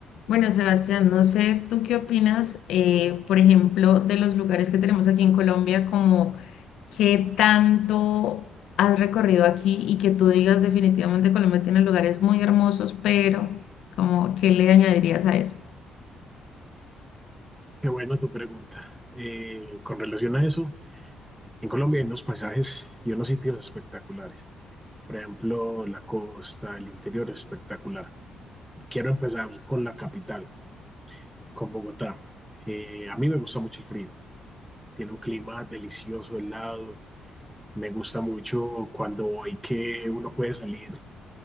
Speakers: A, on the left; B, in the centre.
A: Bueno, Sebastián, no sé tú qué opinas, eh, por ejemplo, de los lugares que tenemos aquí en Colombia, como qué tanto has recorrido aquí y que tú digas definitivamente Colombia tiene lugares muy hermosos, pero como qué le añadirías a eso.
B: Qué buena tu pregunta. Eh, con relación a eso, en Colombia hay unos paisajes y unos sitios espectaculares. Por ejemplo, la costa, el interior es espectacular. Quiero empezar con la capital, con Bogotá. Eh, a mí me gusta mucho el frío. Tiene un clima delicioso, helado. Me gusta mucho cuando hay que uno puede salir